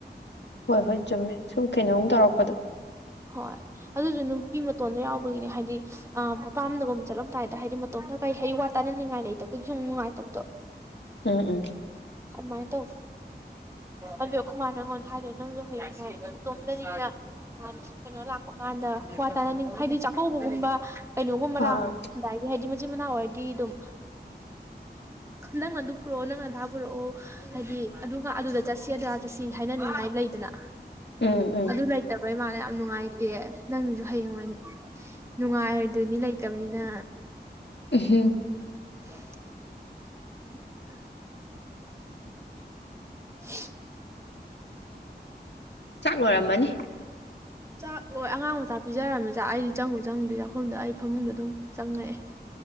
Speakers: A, on the left; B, on the right.
A: ꯍꯣꯏ ꯍꯣꯏ ꯆꯨꯝꯃꯦ ꯁꯨꯝ ꯀꯩꯅꯣꯝ ꯇꯧꯔꯛꯄꯗꯣ
B: ꯍꯣꯏ ꯑꯗꯨꯁꯨ ꯅꯨꯄꯤ ꯃꯇꯣꯟꯗ ꯌꯥꯎꯕꯒꯤꯅꯦ ꯍꯥꯏꯗꯤ ꯃꯄꯥꯝꯗꯒꯨꯝꯝ ꯆꯠꯂꯝꯗꯥꯏꯗ ꯍꯥꯏꯗꯤ ꯃꯇꯣꯝꯗ ꯀꯔꯤ ꯍꯩ ꯋꯥ ꯇꯥꯏꯅꯅꯤꯡꯉꯥꯏ ꯂꯩꯇꯕꯒꯤ ꯁꯨꯝ ꯅꯨꯡꯉꯥꯏꯇꯕꯗꯣ
A: ꯎꯝ ꯎꯝ
B: ꯑꯗꯨꯃꯥꯏꯅ ꯇꯧ ꯑꯗ ꯈꯨꯃꯥꯔ ꯅꯉꯣꯟꯗ ꯍꯥꯏꯔꯦ ꯅꯪꯁꯨ ꯍꯌꯦꯡꯉꯥꯏ ꯑꯇꯣꯝꯇꯅꯤꯅ ꯑ ꯀꯩꯅꯣ ꯂꯥꯛꯄ ꯀꯥꯟꯗ ꯋꯥ ꯇꯥꯅꯅꯤꯡ ꯍꯥꯏꯗꯤ ꯆꯥꯛꯀꯧꯕꯒꯨꯝꯕ ꯀꯩꯅꯣꯒꯨꯝꯕ
A: ꯑꯥ
B: ꯂꯥꯛꯑꯝꯗꯥꯏꯗꯤ
A: ꯑꯥ
B: ꯍꯥꯏꯗꯤ ꯃꯆꯤꯟ ꯃꯅꯥꯎ ꯑꯣꯏꯔꯗꯤ ꯑꯗꯨꯝ ꯅꯪ ꯑꯗꯨ ꯄꯨꯔꯛꯑꯣ ꯅꯪ ꯑꯙꯥ ꯄꯨꯔꯛꯑꯣ ꯍꯥꯏꯗꯤ ꯑꯗꯨꯒ ꯑꯗꯨꯗ ꯆꯠꯁꯤ ꯑꯗꯨꯗꯥ ꯆꯠꯁꯤ ꯍꯥꯏꯅꯅꯤꯡꯉꯥꯏ ꯂꯩꯗꯅ
A: ꯎꯝ ꯎꯝ
B: ꯑꯗꯨ ꯂꯩꯇꯕ- ꯌꯥꯝ ꯅꯨꯡꯉꯥꯏꯇꯦ ꯅꯪꯁꯨ ꯍꯌꯦꯡ ꯅꯨꯡꯉꯥꯏꯔꯗꯣꯏꯅꯤ ꯂꯩꯇꯕꯅꯤꯅ
A: ꯍꯝ
B: <unintelligible> <unintelligible>
A: ꯆꯥꯛ ꯂꯣꯏꯔꯝꯃꯅꯤ
B: ꯆꯥꯛ ꯂꯣꯏ ꯑꯉꯥꯡ ꯃꯆꯥ ꯄꯤꯖꯔꯝꯃꯦ ꯆꯥꯛ ꯑꯩꯗꯤ ꯆꯪꯉꯨ ꯆꯪꯉꯨꯗꯗꯤ ꯆꯥꯛꯈꯣꯗ ꯑꯩ ꯐꯃꯨꯡꯗ ꯑꯗꯨꯝ ꯆꯪꯉꯛꯑꯦ